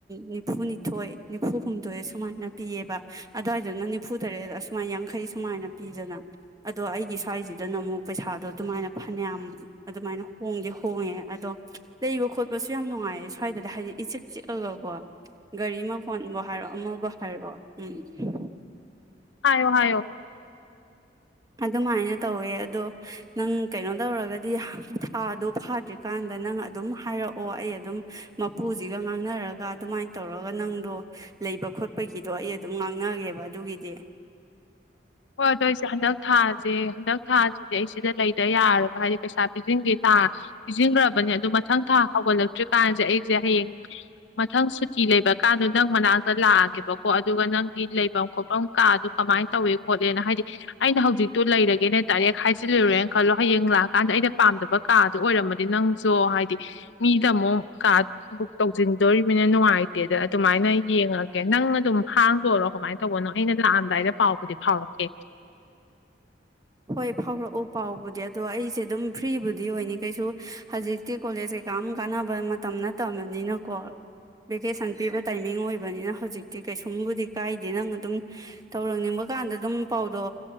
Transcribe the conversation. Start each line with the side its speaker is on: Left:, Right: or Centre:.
Right: ꯅꯤꯐꯨꯅꯤꯊꯣꯏ ꯅꯤꯐꯨ ꯍꯨꯝꯗꯣꯏ ꯁꯨꯃꯥꯏꯅ ꯄꯤꯑꯕ ꯑꯗꯨꯋꯥꯏꯗꯨꯅ ꯅꯤꯐꯨ ꯇꯔꯦꯠ ꯑꯁꯨꯃꯥꯏ ꯌꯥꯡꯈꯩ ꯁꯨꯃꯥꯏꯅ ꯄꯤꯗꯅ ꯑꯗꯣ ꯑꯩꯒꯤ ꯁ꯭ꯋꯥꯏꯁꯤꯗꯅ ꯑꯃꯨꯛ ꯄꯩꯁꯥꯗꯣ ꯑꯗꯨꯃꯥꯏꯅ ꯐꯅꯌꯥꯝ ꯑꯗꯨꯃꯥꯏꯅ ꯍꯣꯡꯗꯤꯦ ꯍꯣꯡꯉꯦ ꯑꯗꯣ ꯂꯩꯕ ꯈꯣꯠꯄꯁꯨ ꯌꯥꯝ ꯅꯨꯡꯉꯥꯏꯌꯦ ꯁ꯭ꯋꯥꯏꯗꯗꯤ ꯍꯥꯏꯗꯤ ꯏꯆꯤꯛ ꯆꯤꯛꯑꯒꯀꯣ ꯒꯥꯔꯤ ꯐꯣꯟꯕꯍꯔꯣ ꯃꯣꯏ ꯕꯍꯔꯣ ꯎꯝ
Left: ꯍꯥꯏꯣ ꯍꯥꯏꯣ
Right: ꯑꯗꯨꯃꯥꯏꯅ ꯇꯧꯋꯦ ꯑꯗꯣ ꯅꯪ ꯀꯩꯅꯣ ꯇꯧꯔꯒꯗꯤ ꯊꯥꯗꯣ ꯐꯥꯗ꯭ꯔꯤꯀꯥꯟꯗ ꯅꯪ ꯑꯗꯨꯝ ꯍꯥꯏꯔꯛꯑꯣ ꯑꯩ ꯑꯗꯨꯝ ꯃꯄꯨꯁꯤꯒ ꯉꯥꯡꯅꯔꯒ ꯑꯗꯨꯃꯥꯏꯅ ꯇꯧꯔꯒ ꯅꯪꯗꯣ ꯂꯩꯕ ꯈꯣꯠꯄꯒꯤꯗꯣ ꯑꯩ ꯑꯗꯨꯝ ꯉꯥꯡꯅꯒꯦꯕ ꯑꯗꯨꯒꯤꯗꯤ
Left: ꯍꯣꯏ ꯑꯗꯨꯣꯏꯁꯦ ꯍꯟꯗꯛ ꯊꯥꯦ ꯁꯦ ꯍꯟꯗꯛ ꯊꯥꯁꯤꯗꯤ ꯑꯩ ꯁꯤꯗ ꯂꯩꯗ ꯌꯥꯔꯕ ꯍꯥꯏꯗꯤ ꯄꯩꯁꯥ ꯄꯤꯁꯤꯟꯒꯦ ꯊꯥ ꯄꯤꯁꯤꯟꯈ꯭ꯔꯕꯅꯦ ꯑꯗꯨ ꯃꯊꯪ ꯊꯥ ꯍꯧꯒꯠꯂꯛ ꯆꯠꯇ꯭ꯔꯤꯀꯥꯟꯁꯦ ꯑꯩꯁꯦ ꯍꯌꯦꯡ ꯃꯊꯪ ꯁꯨꯇꯤ ꯂꯩꯕꯀꯥꯟꯗꯣ ꯅꯪ ꯃꯅꯥꯛꯇ ꯂꯥꯛꯑꯒꯦꯕꯀꯣ ꯑꯗꯨꯒ ꯅꯪꯒꯤ ꯂꯩꯐꯝ ꯈꯣꯠꯐꯝ ꯀꯥꯗ ꯀꯃꯥꯏꯅ ꯇꯧꯋꯤ ꯈꯣꯠꯂꯦꯅ ꯍꯥꯏꯗꯤ ꯑꯩꯅ ꯍꯧꯖꯤꯛꯇꯨ ꯂꯩꯔꯒꯦꯅ ꯗꯥꯏꯔꯦꯛ ꯍꯥꯏꯖꯤꯜꯂꯨꯔꯦꯅ ꯈꯜꯂꯣ ꯍꯌꯦꯡ ꯂꯥꯛꯑꯀꯥꯟꯗ ꯑꯩꯅ ꯄꯥꯝꯗꯕ ꯀꯥꯗꯣ ꯑꯣꯏꯔꯝꯃꯗꯤ ꯅꯪꯁꯨ ꯍꯥꯏꯗꯤ ꯃꯤꯗ ꯑꯃꯨꯛ ꯀꯥ ꯕꯨꯛ ꯇꯧꯁꯤꯟꯗꯣꯔꯤꯕꯃꯤꯅ ꯅꯨꯡꯉꯥꯏꯇꯦꯗ ꯑꯗꯨꯃꯥꯏꯅ ꯌꯦꯡꯉꯒꯦ ꯅꯪ ꯑꯗꯨꯝ ꯍꯥꯡꯗꯔꯣ ꯀꯃꯥꯏꯅ ꯇꯧꯕꯅꯣ ꯑꯩꯅ ꯂꯥꯛꯑꯝꯗꯥꯏꯗ ꯄꯥꯎꯕꯨꯗꯤ ꯍꯥꯎꯀꯦ
Right: ꯍꯣꯏ ꯐꯥꯎꯔꯛꯎ ꯄꯥꯎꯕꯨꯗꯤ ꯑꯗꯣ ꯑꯩꯁꯦ ꯑꯗꯨꯝ ꯐ꯭ꯔꯤꯕꯨꯗꯤ ꯑꯣꯏꯅꯤ ꯀꯩꯁꯨ ꯍꯧꯖꯤꯛꯇꯤ ꯀꯣꯂꯦꯖ ꯀꯩꯀꯥꯝ ꯀꯥꯟꯅꯕ ꯃꯇꯝ ꯅꯠꯇꯕꯕꯅꯤꯅꯀꯣ ꯚꯦꯀꯦꯁꯟ ꯄꯤꯕ ꯇꯥꯏꯃꯤꯡ ꯑꯣꯏꯕꯅꯤꯅ ꯍꯧꯖꯤꯛꯇꯤ ꯀꯩꯁꯨꯝꯕꯨꯗꯤ ꯀꯥꯏꯗꯦ ꯅꯪ ꯑꯗꯨꯝ ꯇꯧꯔꯛꯅꯤꯡꯕ ꯀꯥꯟꯗ ꯑꯗꯨꯝ ꯄꯥꯎꯗꯣ